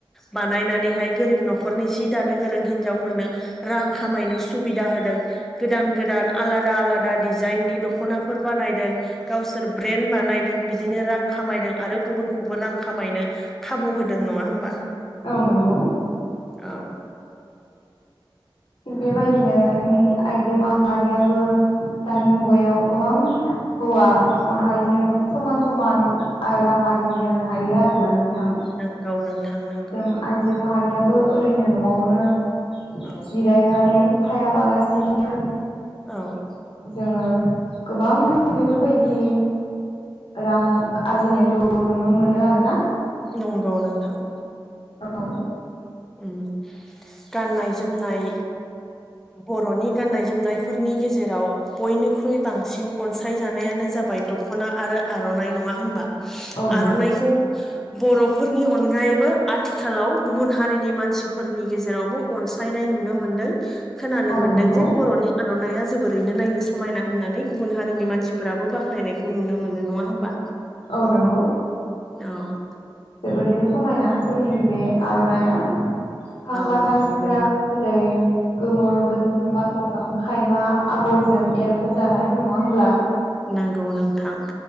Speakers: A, in the centre; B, on the left.
A: बानायनानैहाय गोरिब न'खरनि जि दानो गोरों हिनजावफोरनो रां खामायनो सुबिदा होदों गोदान गोदान आलादा आलादा डिजाइन दखनाफोर बानायदों गावसोर ब्रेन्द बानायदों बिदिनो रां खामायदों आरो गुबुनखौबो खामायनो खाबु होदों नङा होमबा
B: औ नंगौ
A: औ
B: थिग बेबायदिनो जोंनि आइजो माहारियाबो दानि मुगायाव गोबां हौवा माहारिजों समान समान आ राङा आरजिनो हायो आरोना नोंथां
A: नंगौ नोंथां नंगौ
B: जों आइजो माहारियाबो ओरैनो न'आवनो
A: औ
B: जिरायनानै थायाबालासिनो
A: औ
B: जोङो गोबां बेफोरबायदि रां आरजिनायखौ नुनो मोनो आरोना।
A: नंगौ नोंथां।
B: औ
A: उम गाननाय जोमनाय बर'नि गाननाय जोमनायफोरनि गेजेराव बयनिखु इ बांसिन अनसायजानायानो जाबाय दख'ना आरो आर'नाइ नङा होमबा?
B: औ नंगौ
A: आर'नाइखौ बर'फोरनि अनगायैबो आथिखालाव गुबुन हा हारिनि मानसिफोरनि गेजेरावबो अनसायनाय नुनो मोनदों खोनानो
B: औ
A: मोनदों
B: नंगौ
A: जे बर'नि आर'नाइया जोबोरैनो नायनो समायना होननानै गुबुन हारिनि मानसिफोराबो बाख्नायखौ नुनो मोनो नङा होनबा?
B: औ नंगौ
A: औ।
B: जोबोरैनो समायना जोंनि बे आर'नाइआ। फाख्रा
A: औ नंगौ
B: सिख्रा
A: नोंथां
B: जेरै गोमो गोथां बाथ खायमा आगरजों एरफब जानाय नङा होमब्ला?
A: नोंगौ नोंथां